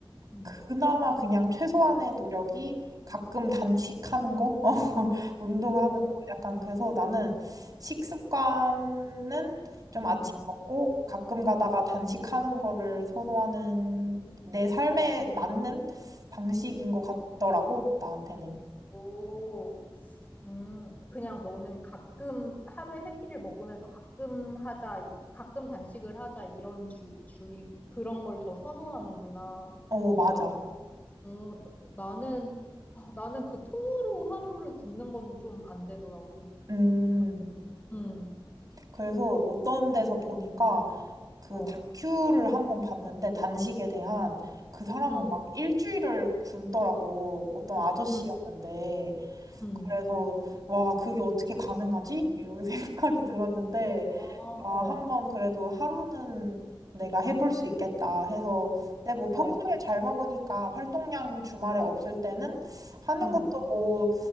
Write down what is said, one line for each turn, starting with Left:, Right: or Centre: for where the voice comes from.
Left: 응.
Right: 그나마 그냥 최소한의 노력이 가끔 단식하는 거, <laughs> 어, 운동하는
Left: 오,
Right: 거 약간 그래서 나는 식습관은 좀 아침
Left: 응.
Right: 먹고 가끔 가다가 단식하는 거를 선호하는 내 삶에 맞는 방식인 것 같더라고 나한테는.
Left: 오. 음, 그냥 너는 가끔 하루에 세 끼를 먹으면서 가끔 하자, 이- 가끔 단식을 하자 이런 주, 주의 그런 걸 더 선호하는구나.
Right: 어 맞아.
Left: 어, 나- 나는 아, 나는 그 통으로 하루를 굶는 건 좀 안 되더라고.
Right: 음,
Left: 그- 음,
Right: 그래서 어떤 데서 보니까 그
Left: 어,
Right: 다큐를 한번 봤는데 단식에 대한 그 사람은
Left: 음,
Right: 막 일주일을 굶더라고. 어떤 아저씨였는데.
Left: 음, 음,
Right: 그래서 와, 그게 어떻게 가능하지? 이 <laughs> 생각이 들었는데
Left: 어,
Right: 아,
Left: 어,
Right: 한번 그래도 하루는 내가 해볼 수 있겠다 해서, 근데 뭐 평소에
Left: 어,
Right: 잘 먹으니까 활동량 주말에 없을 때는 하는
Left: 음,
Right: 것도 뭐